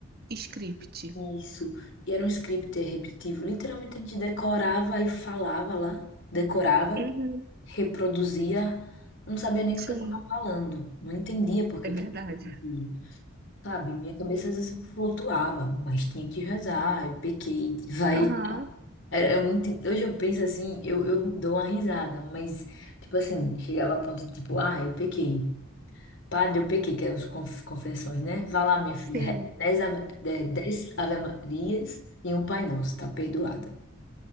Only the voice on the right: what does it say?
script.
Uhum.
Sim,
é
verdade.
Aham,
sim,